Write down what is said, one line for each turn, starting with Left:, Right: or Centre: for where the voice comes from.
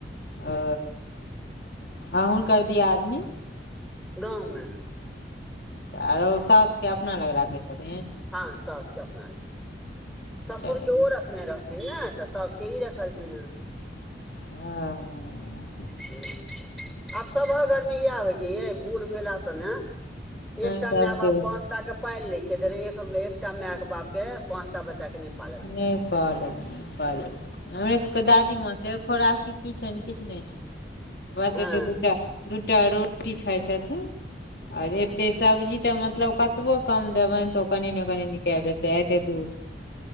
Left: आ अ हुनकर दिआदनी
Centre: गाँव में।
Left: आरो सोसके अपना लग राखै छथिन।
Centre: हां सोसके अपना ससुरके
Left: चलि
Centre: ओ रखने रहथिन नै तऽ सौसके ई रखलखिन हेँ।
Left: हँ
Centre: हुं। आब सभक घरमे इएह होइ छै यै, बूड़ भेला से नै एकटा
Left: सबके
Centre: माय-बाप
Left: नहि
Centre: पाँचटा के पाइल ले छै अगर एक एकटा माय के बाप के पांचटा बच्चा के नै पाला
Left: नै पालल, नै पालल होय हमरे सबके दादी माँ के खोराकी की छैन किछ नै छै, बस
Centre: हँ
Left: एते दूटा दूटा रोटी खाय छथिन। आर एते सब्जी तऽ मतलब कतबो कम देबैन तऽ ओ कनि ने कनि निकाल देतै, एते दूध